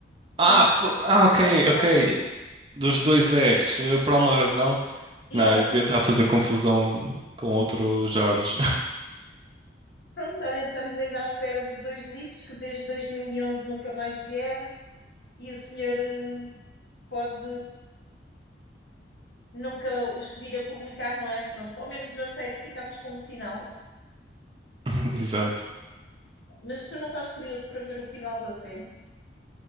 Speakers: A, on the left; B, on the right.
A: Sim,
B: Ah, pô,
A: George,
B: ah, ok,
A: George
B: ok.
A: Martin.
B: Dos dois R's, eu, por alguma razão.
A: Exatamente.
B: Não, eu devia estar a fazer confusão com outro Jorge.
A: Pronto, olha, estamos ainda à espera de dois livros que desde 2011 nunca mais vieram e o senhor eh, pode nunca os vir a publicar, não é? Pronto, ao menos na série ficámos com o final.
B: <laughs> Exato.
A: Mas tu não estás curioso para ver o final da série?